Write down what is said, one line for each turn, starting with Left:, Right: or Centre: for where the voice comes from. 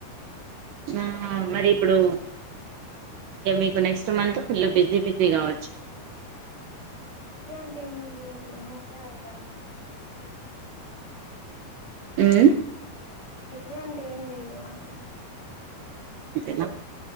Right: ఆ మరి ఇప్పుడు ఇక మీకు next month pool busy busy కావచ్చు
Left: <unintelligible> ఏం లేదు ఏం ఉండదు అంత
Right: మ్మ్
Left: ప్రెంజేట్ ఏం లేదు <unintelligible>
Right: ఇంతెనా